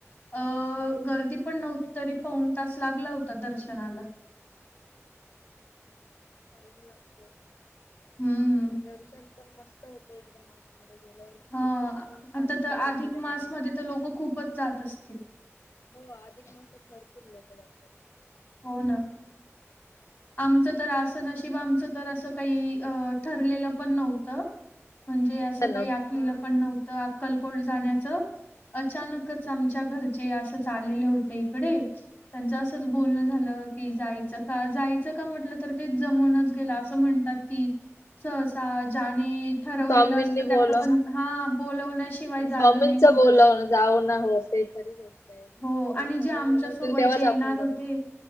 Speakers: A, on the left; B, on the left.
A: अ गर्दी पण नव्हती तरी पाऊन तास लागला होता दर्शनाला
B: टाईम लागतो,
A: हम्म.
B: दर्शन पण मस्त होते एकदात मध्ये गेल्यावर
A: ह
B: एकदम मन शांत
A: आता तर अधिक
B: तिकडे गेल्यावर
A: मासमध्ये तर लोक खूपच जात असतील?
B: हो अधिक मास भरपूर लोकं जातात.
A: हो ना. आमचं तर आस नशिब आमचं तर असं काही अस ठरलेलं पण नव्हतं म्हणजे
B: अचानक
A: असं काही आखलेलं
B: हा
A: पण नव्हतं अक्कलकोट जाण्याचं अचानकच
B: अच्छा
A: आमच्या घरचे अस चालले होते इकडे त्यांच असच बोलणं झालं की, जायच का? जाय का म्हटलं तर ते जमूनच गेला असं म्हणतात की, सहसा ज्याने ठरवलेलं
B: स्वामींनी
A: असतं त्याच
B: बोल
A: पण हा बोलवण्याशिवाय
B: आणि
A: जाणं
B: स्वामींचं
A: नाही होत
B: बोलवण
A: अस
B: जाऊ ना हो ते खरी गोष्ट आहे. जेव्हा
A: हो आणि
B: स्वामी
A: जे आमच्या
B: बोलवतील
A: सोबत
B: तेव्हाच
A: जे
B: आपण
A: येणार
B: जाऊ.
A: होते